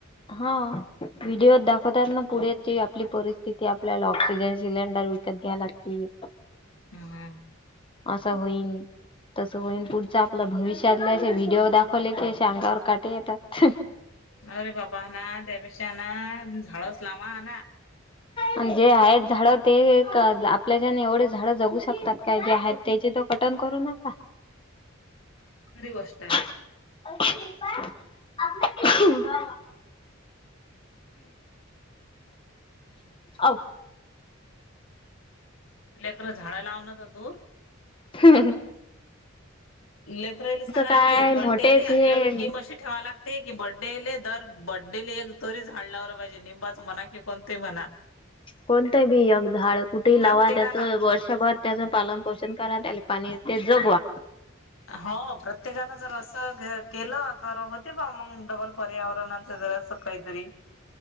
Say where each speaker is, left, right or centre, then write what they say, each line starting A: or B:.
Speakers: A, on the left (about 25°); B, on the left (about 80°).
A: हा. व्हिडिओ दाखवतात ना पुढे आपली परिस्थिती आपल्याला ऑक्सिजन सिलेंडर विकत घ्या लागतील.
B: हम्म
A: असा होईन. तसं होईन पुढच आपलं भविष्यातलाे व्हिडिओ दाखवले की अे अंगावर काटे येतात.
B: अरे बाबा ना त्यापेक्षा ना झाडच लावा ना.
A: आणि जे आहेत झाडं ते आपल्याच्यान एवढे झाड जगू शकतात काय जे आहेत त्याचे तर पटन करू नका.
B: खरी गोष्ट आहे.
A: <inaudible> अ <inaudible>
B: लेकरं झाडं लावण तर दूर
A: हम् <unintelligible>
B: लेकरराईला सांगाला
A: काय
B: लागते बड्डेले
A: मोठेच
B: या
A: हे
B: केमशी ठेवा लागते. ते की बड्डेले दर बड्डेले एक तोरीच झाड लावलं पाहिजे निंबाच म्हणा की कोणतेही म्हणा.
A: कोणतं बियंग झाड कुठेही
B: प्रत्येकानं
A: लावा त्याचं वर्षभर त्याचं पालन पोषण करा त्याला पाणी ते जगवा.
B: हो प्रत्येकानं जर असं केलं तर हो ते पा मग डबल पर्यावरणाचं जरास काहीतरी.